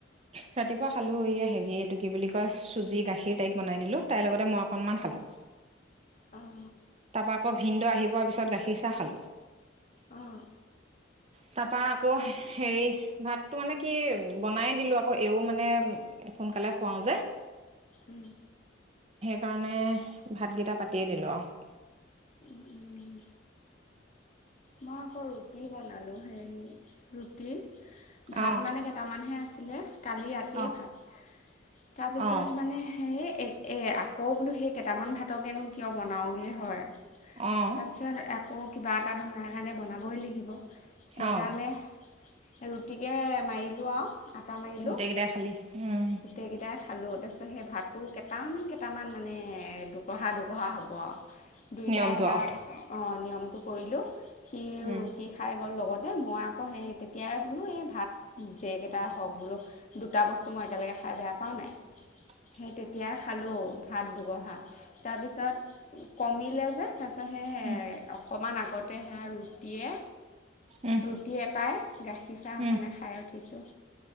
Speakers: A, on the right; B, on the left.
A: ৰাতিপুৱা খালোঁ এই হেৰি এইটো কি বুলি কয় চুজি, গাখীৰ টাইপ বনাই দিলোঁ। তাইৰ লগতে মই অকণমান খালোঁ।
B: অঁ
A: তাৰপৱা আকৌ ভিনন্দ আহি পোৱাৰ পিছত গাখীৰ চাহ খালো।
B: আহ।
A: তাৰপা আকৌ হেৰি ভাতটো মানে কি বনাইে দিলো আ এইও মানে, সোনকালে খুৱাও যে।
B: উম
A: কাৰণে, ভাতকেইটা পাতিয়ে দিলো আৰু।
B: উম উম মই আকৌ ৰুটি বনালোঁ, সেই ৰুটি ভাত
A: অঁ
B: মানে কেইটামানহে আছিলে, কালি ৰাতিয়ে
A: অঁ
B: ভাত তাৰপিছত
A: অঁ
B: মানে হে এ, আকৌ বোলো সেই কেইটামান ভাতকেনো কিয় বনাওগে, হয়,
A: অঁ
B: তাৰপিছত আকৌ কিবা এটাটো মায়ে কাৰণে বনাবই লাগিব, সেইকাৰণে
A: অঁ
B: গতিকে মাৰিলোঁ আৰু আটা মাৰিলোঁ,
A: গোটেই কেইটাই খালি উম
B: গোটেইকেইটাই খালোঁ দে। তাৰপিছত সেই ভাতটো কেইটামান, কেইটামান মানে দুগঢহা, দুগহা হ'ব আৰু। দুয়োটাই
A: নিয়মটো
B: সেয়া
A: আৰু
B: নিয়মটো কৰিলোঁ। সি,
A: উম
B: ৰুটি খাই গ'ল লগত। দে মই আকৌ সেই তেতিয়াই বোলো এই ভাত যেইকেইটাই হওক বোলো দুটা বস্তু মই একেলগে খাই বেয়া পাওঁ নাই।
A: <inaudible>
B: সেই তেতিয়াই খালোঁ ভাত দুগহা, তাৰপিছত কমিলে যে তাৰপিছত সেই,
A: উম
B: অকণমান আগতে সেয়া ৰুটিয়ে
A: উম
B: ৰুটি এটাই, গাখীৰ চাহ
A: উম
B: সকনে খাই উঠিছোঁ।